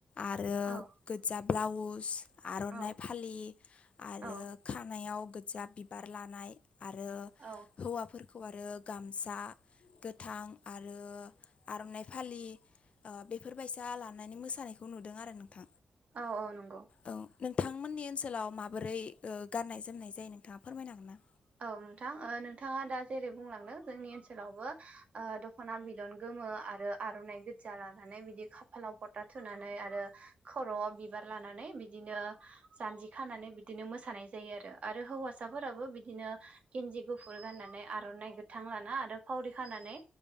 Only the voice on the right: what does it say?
औ
औ
औ
औ
औ औ नं
औ नोंथां नोंथाङा दा जेरै बुंलांदों जोंनि ओनसोलावबो दख'ना बिदन गो मो आरो आर'नाइ गोजा लानानै बिदि खाफालाव फथा थुनानै आरो खर'आव बिबार लानानै बिदिनो जानजि खानानै बिदिनो मोसानाय जायो आरो हौवासाफोराबो बि बिदिनो गेनजि गुफुर गाननानै आर'नाइ गोथां लाना आरो फावरि खानानै